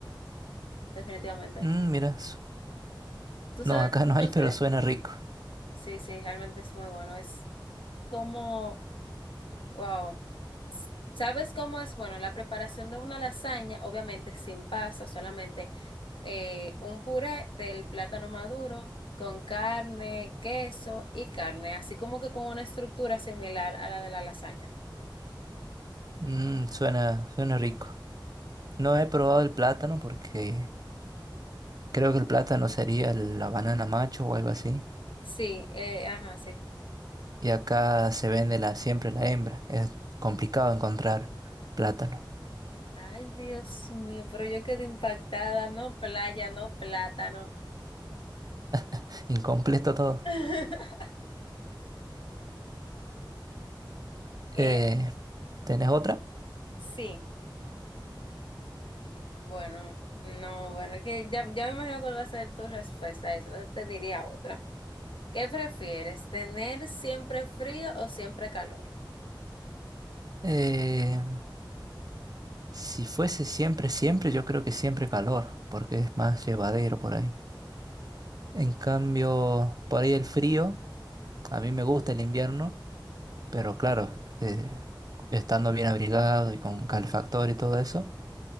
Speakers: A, on the left; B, on the right.
A: definitivamente.
B: Mm, mira, su-
A: Tú
B: no,
A: sabes,
B: acá no hay,
A: no
B: pero
A: sé,
B: suena rico.
A: sí, sí, realmente es muy bueno, es como... Wow. S- ¿Sabes cómo es? Bueno, la preparación de una lasaña, obviamente sin pasta, solamente eh, un puré del plátano maduro con carne, queso y carne, así como que con una estructura similar a la de la lasaña.
B: Mm, suena, suena rico. No he probado el plátano porque Creo que el plátano sería la banana macho o algo así.
A: Sí, eh, ajá, sí.
B: Y acá se vende la, siempre la hembra. Es complicado encontrar plátano.
A: Ay, Dios mío, pero yo quedé impactada, no playa, no plátano.
B: <laughs> Incompleto todo.
A: <laughs>
B: Eh,
A: Eh,
B: ¿tenés otra?
A: sí, bueno, no, bueno, que ya, ya me imagino cuál va a ser tu respuesta a eso, entonces te diría otra. ¿Qué prefieres? ¿Tener siempre frío o siempre calor?
B: Eh, si fuese siempre, siempre, yo creo que siempre calor, porque es más llevadero por ahí. En cambio, por ahí el frío, a mí me gusta el invierno, pero claro, eh, estando bien abrigado y con calefactor y todo eso.